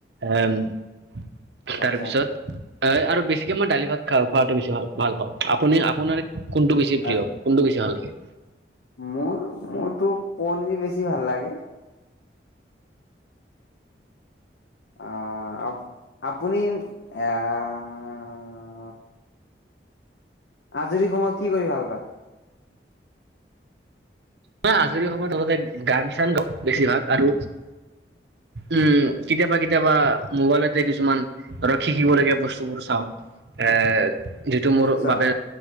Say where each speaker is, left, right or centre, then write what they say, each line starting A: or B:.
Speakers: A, on the right (about 75°); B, on the left (about 85°).
A: আহ
B: আচ্ছা,
A: তাৰপিছত আৰু বেছিকে মই দালি ভাত খা খোৱাটো বেছি ভাল ভাল পাওঁ আপুনি আপোনাৰ কোনটো বেছি প্ৰিয়
B: আ
A: কোনটো বেছি ভাল লাগে?
B: মোৰ মোৰতো পনিৰ বেছি ভাল লাগে। আহ আপ আপুনি আহ আজৰি সময়ত কি কৰি ভাল পায়?
A: ন আজৰি সময়ত আলতে গাম চান গাও বেছিভাগ আৰু উম কেতিয়াবা কেতিয়াবা মোবাইলতে কিছুমান আৰু শিকিব লগীয়া বস্তুবোৰ চাওঁ, এ যিটো মোৰ
B: আচ্ছা,
A: বাবে